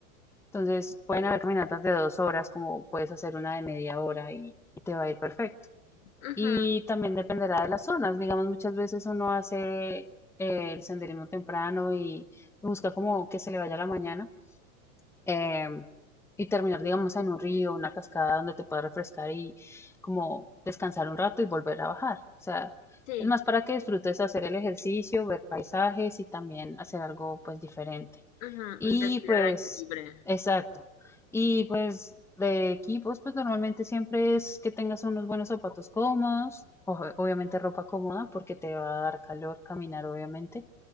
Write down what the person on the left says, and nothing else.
ok.
Ujú,
sí,
ujú,
respirar
aire libre.